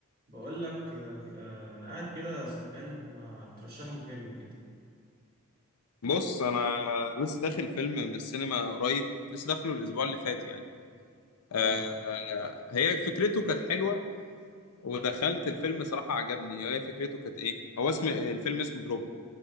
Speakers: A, on the right; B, on the left.
A: بقول لك آه، آه، انا قاعد كده زهقان ما ترشح لي فيلم كده
B: بص انا لسه داخل فيلم من السينما قريب لسه داخله الاسبوع اللي فات يعني آه
A: اه
B: آه، هي فكرته كانت حلوه ودخلت الفيلم صراحه عجبني هي فكرته كانت ايه هو اسم الفيلم اسمه دروب